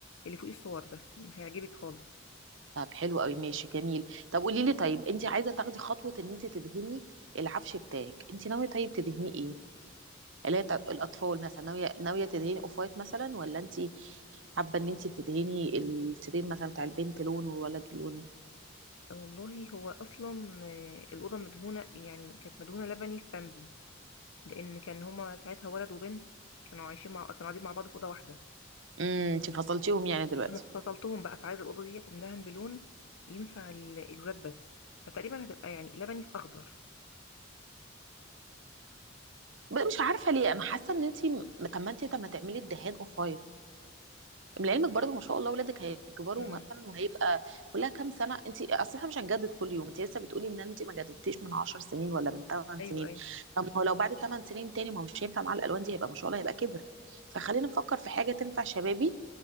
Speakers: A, on the left; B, on the right.
A: اللي فوقيه الصور ده هيعجبك خالص
B: طب حلو قوي ماشي جميل طب قولي لي طيب انت عايزه تاخدي خطوه ان انت تدهني العفش بتاعك انت ناويه طيب تدهنيه ايه اللي هي بتاعت الاطفال مثلا ناويه ناويه تدهني اوف وايت مثلا ولا انت حابه ان انت تدهني السرير مثلا بتاع البنت لون والولد لون
A: آه والله هو اصلا آه، الاوضه مدهونه يعني كانت مدهونه لبني في بامبي لان كان هما ساعتها ولد وبنت كانوا عايشين مع كانوا قاعدين مع بعض في اوضه واحده
B: امم انت فصلتيهم يعني دلوقتي
A: انا فصلتهم بقى فعايزه الاوضه ديت اندهن بلون ينفع ال- الولاد بس فتقريبا هتبقى يعني لبني في اخضر
B: ب- مش عارفه ليه انا حاسه ان انت م- طب ما انت طب ما تعملي الدهان اوف وايت لعلمك برضه ما شاء الله ولادك هيكبروا
A: مم.
B: مثلا وهيبقى كلها كام سنه انت اصل احنا مش هنجدد كل يوم انت لسه بتقولي ان انت ما جددتيش من 10 سنين ولا من 8
A: ايوه
B: سنين
A: ايوه
B: طب ما هو لو بعد 8 سنين تاني ما هو مش هينفع مع الالوان دي هيبقى ما شاء الله هيبقى كبر فخلينا نفكر في حاجه تنفع شبابي